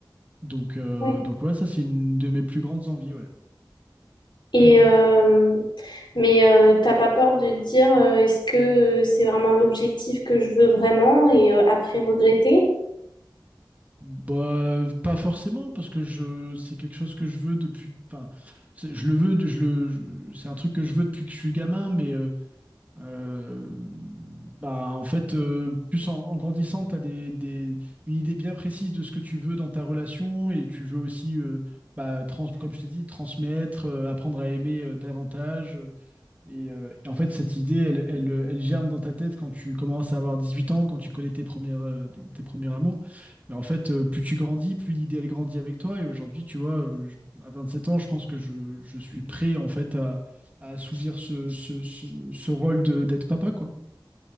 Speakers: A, on the right (about 20°); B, on the left (about 75°).
A: Donc, euh,
B: Oui.
A: donc ouais, ça, c'est une de mes plus grandes envies, ouais.
B: Et
A: Et toi?
B: euh, mais euh, t'as pas peur de te dire euh, est-ce que euh, c'est vraiment l'objectif que je veux vraiment et euh, après regretter?
A: Bah, euh, pas forcément, parce que je, c'est quelque chose que je veux depuis. Enfin, c'est- je le veux, de- je le, je- c'est un truc que je veux depuis que je suis gamin, mais euh, Euh, bah, en fait, euh, plus en, en grandissant, tu as des, des- une idée bien précise de ce que tu veux dans ta relation et tu veux aussi, euh, bah, trans- comme je t'ai dit, transmettre, euh, apprendre à aimer euh, davantage. euh, Et, euh, et en fait, cette idée, elle, elle, euh, elle germe dans ta tête quand tu commences à avoir 18 ans, quand tu connais tes premières, euh, tes premiers amours. Mais en fait, euh, plus tu grandis, plus l'idée, elle grandit avec toi. Et aujourd'hui, tu vois, euh, je- à 27 ans, je pense que je, je suis prêt, en fait, à à assouvir ce, ce, ce, ce rôle de- d'être papa, quoi.